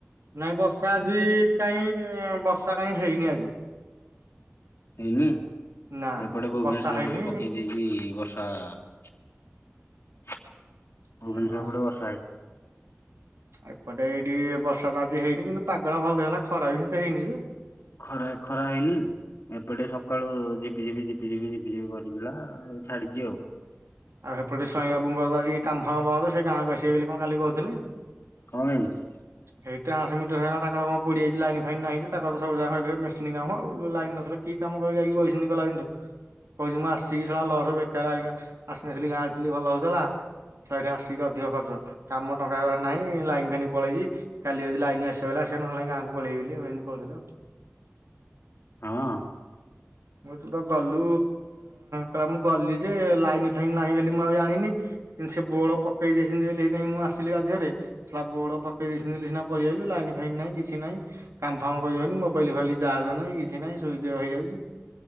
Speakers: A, on the right; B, on the left.
A: ନାଇଁ ବର୍ଷା ଆଜି କାଇଁ, ବର୍ଷା କାଇଁ ହେଇନି ଆଜି।
B: ହେଇନି,
A: ନା
B: ଏପଟେ ଭୁବନେଶ୍ଵର
A: ବର୍ଷା ହେଇନି
B: ପଟେ ପକେଇ ଦେଇଛି ବର୍ଷ ବର୍ଷା, ଭୁବନେଶ୍ୱର
A: ହଁ
B: ପଟେ ବର୍ଷା ହେଇଛି।
A: ଏପଟେ ଏଇଠି ବର୍ଷା ତ ଆଜି ହେଇନି, କିନ୍ତୁ ପାଗଟା ଭଲ ଦେଇଥିଲା ଖରା ବି ସେତେ ହେଇନି ଯେ।
B: ଖରା ଖରା ହେଇନି? ଏପଟେ ସକାଳୁ ଝିପିଝିପି ଝିପିଝିପି ଝିପିଝିପି କରିଥିଲା, ଛାଡିଛି ଆଉ।
A: ଆଉ ସେପଟେ ସ୍ୱାଇଁ ବାବୁଙ୍କର ଆଜି କାମଫାମ ବନ୍ଦ, ସେ ଗାଁକୁ ଆସିବେ ବୋଲି କଣ କାଲି କହୁଥିଲେ।
B: କଣ ଏମିତି
A: ହ <inaudible> ଏଇ ଟ୍ରାନ୍ସମିଟର ହେ ତାଙ୍କର କଣ ପୋଡିଯାଇଛି। ଲାଇନ୍ ଫାଇନ୍ ନାହିଁ ଯେ, ତାଙ୍କର ତ ସବୁଯାକ ମେସିନ୍ କାମ ଆଉ। ଲାଇନ ନଥିଲେ କି କାମ କରିବି ଯାଇକି ବଇଛନ୍ତି ଗଲା ଦିନ ଠୁ, କହୁଛି ମୁଁ ଆସିକି ଶଳା ଲସ୍ ବେକାର ଆଇକିନା ଆସିନଥିଲି, ଗାଁରେ ଥିଲି ଭଲ ହଉଥିଲା। ଶଳା ଏଠି ଆସିକି ଅଧିକ ଖର୍ଚ୍ଚ, କାମ ଟଙ୍କାକର ନାହିଁ ଲାଇନ୍ ଫାଇନ୍ ପଳେଇଛି। କାଲି ଯଦି ଲାଇନ ଆସିବ ହେଲେ ଆସିବ, ନହେଲେ ନାଇ ଗାଁକୁ ପଳେଇବି ବେଲି ଏମିତି କହୁଥିଲେ ଆଉ।
B: ହଁ।
A: ମୁଁ ତୁ ତ ଗଲୁ କଇଲା ମୁଁ ଗଲି ଯେ ଲାଇନ ଲାଇନ୍ ନାହିଁ ବୋଲି ମୁଁ ଆଉ ଜାଣିନି କିନ୍ତୁ ସେ ବୋଡ଼ ପକେଇ ଦେଇଛନ୍ତି ବୋଲି ବୋଲି ସେଇଥିପାଇଁ ମୁଁ ଆସିଲି ବାଧିରେ। ତା ବୋଡ ପକେ ଇଦେଇଛନ୍ତି ସିନା ପଳେଇ ଆଇଲୁ ଲାଇନ୍ ଫାଇନ୍ ନାହିଁ କିଛି ନାହିଁ। କାମଫାର୍ମ କରିବନି ମୋବାଇଲ ଫୋବାଇ ଚାର୍ଜ ନାହିଁ କିଛି ନାଇଁ ସୁଇଜି ଅପ୍ ହେଇଯାଉଛି।